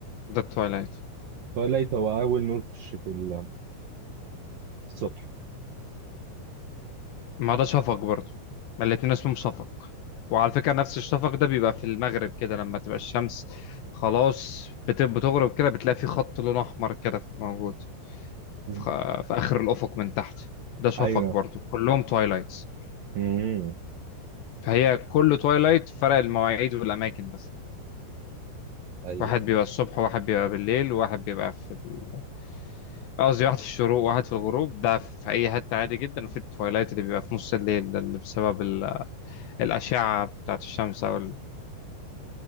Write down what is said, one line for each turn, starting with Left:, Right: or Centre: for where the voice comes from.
Left: ده التوايلايت
Right: تويلايت هو اول نور في الش- في ال- في الصبح
Left: ما ده شفق برضه ما الاتنين اسمهم شفق وعلى فكرة نفس الشفق ده بيبقى في المغرب كده لما تبقى الشمس خلاص بت- بتغرب كده بتلاقي في خط لون أحمر كده موجود
Right: مم.
Left: في خ- في آخر الأفق من تحت ده شفق
Right: ايوه
Left: برضه كلهم توايلايتس
Right: مم.
Left: فهي كل توايلايت فرق المواعيد والأماكن بس
Right: ايوه
Left: واحد بيبقى الصبح وواحد بيبقى بالليل وواحد بيبقى في ال- قصدي واحد في الشروق وواحد في الغروب ده في أي حتة عادي جدا وفي التوايلايت اللي بيبقى في نص الليل ده اللي بسبب ال- الأشعة بتاعت الشمس أو